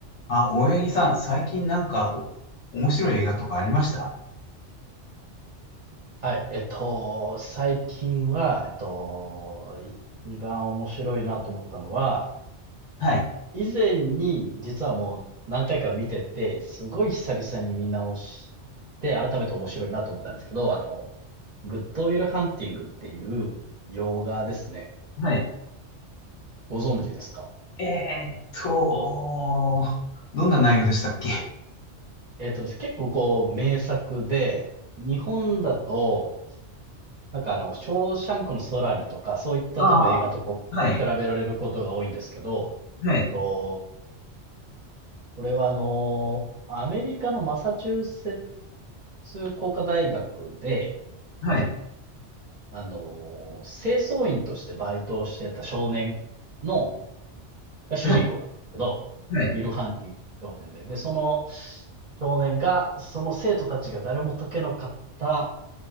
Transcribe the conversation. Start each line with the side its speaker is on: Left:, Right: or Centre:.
Left: あ、大八木さん、最近なんかお面白い映画とかありました
Right: はい。えっと、最近は、えっと、一番面白いなと思ったのは、
Left: はい。
Right: 以前に実はもう何回か見てて、すごい久々に見直して、改めて面白いなと思ったんですけど、あの、グッドウィルハンティングっていう洋画ですね。
Left: はい。
Right: ご存知ですか
Left: えーっと、どんな内容でしたっけ
Right: えっとですね、結構こう、名作で、日本だと、なんかあの、ショーシャンクの空にとか、そういった多分映画とこう、
Left: ああー、はい、
Right: 比べられることが多いんですけど、
Left: はい、
Right: えっと、これはあのーアメリカのマサチューセッツ工科大学で、
Left: はい、
Right: あのー清掃員としてバイトをしてた少年の、が主人公なんですけど、
Left: はい、はい。
Right: ウィル・ハンティング少年で、で、その少年が、その生徒たちが誰も解けなかった